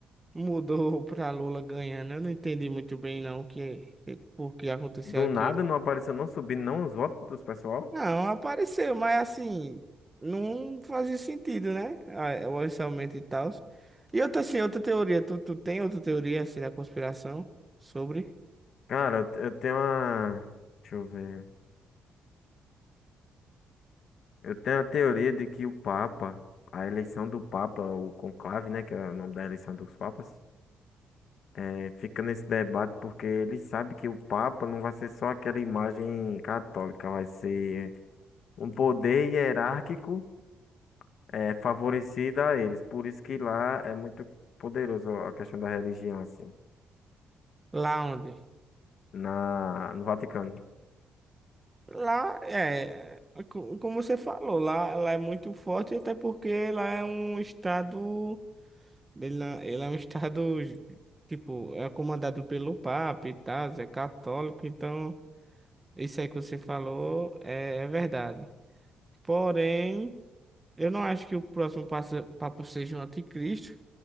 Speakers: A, on the right (about 20°); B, on the left (about 60°).
A: mudou <laughs> pra Lula ganhando. Eu não entendi muito bem, não, o que, por que aconteceu
B: Do
A: aquilo.
B: nada não apareceu, não subindo não os votos dos pessoal.
A: Não, apareceu, mas assim, não fazia sentido, né? Ah, O orçamento e tal. E outra, assim, outra teoria, tu, tu tem outra teoria, assim, da conspiração sobre
B: Cara, eu eu tenho uma. Deixa eu ver. Eu tenho a teoria de que o Papa, a eleição do Papa, o conclave, né, que é o nome da eleição dos papas, eh, fica nesse debate porque ele sabe que o Papa não vai ser só aquela imagem católica, vai ser um poder hierárquico, eh, favorecido a eles. Por isso que lá é muito poderoso a questão da religião, assim,
A: lá onde?
B: na, no Vaticano.
A: Lá, é, é co- como você falou, lá, lá é muito forte, até porque lá é um estado, ele, não- ele é um <laughs> estado, tipo, é comandado pelo Papa e tal, é católico, então, isso aí que você falou é é verdade. Porém... Eu não acho que o próximo passa- papo seja o anticristo.